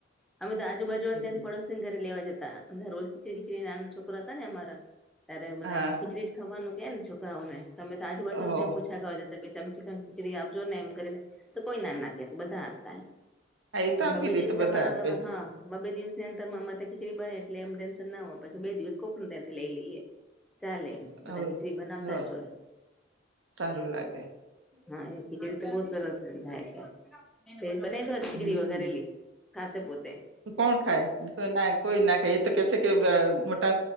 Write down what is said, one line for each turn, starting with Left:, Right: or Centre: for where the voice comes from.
Centre: અમે તો આજુબાજુને
Right: એટલે
Centre: ત્યાંથી પડોશ ફિંગરે લેવા જતા. અને રોજ ખીચડી ખીચડી નાના છોકરા હતા ને અમારા ત્યારે બધા
Right: હા
Centre: ખીચડી જ ખાવાનું જ કેને છોકરાઓને. તમે તો આજુબાજુને
Right: ઓ
Centre: ત્યાં પૂછ છા કરવા જા ચમચી ખન ખીચડી આપજો ને એમ કરીને. તો કોઈ ના ના કેતુ બધા આપતા એમ.
Right: હા એ તો
Centre: ને
Right: આપી
Centre: બબે
Right: દે
Centre: દિવસે
Right: એ તો બધા
Centre: અમારા
Right: આપે જ
Centre: હા બબે દિવસની અંતરમાં અમારી ત્યાં ખીચડી બને એટલે એમ ટેન્શન ના હોય. પછી બે દિવસ કોક ને ત્યાંથી લઈ લઈએ. ચાલે એમ બધા
Right: હવે
Centre: ખીચડી બનાવતા
Right: હ
Centre: જ હોય.
Right: સારું લાગે
Centre: હા એ ખીચડી તો બહુ સરસ એમ થાય તે. તે બનાયુ તું આજ ખીચડી
Right: હમ
Centre: વઘારેલી? ખાશે પોતે
Right: કોણ ખાય? કોના કોઈ ના ખાય એ તો કેસે કે મોટા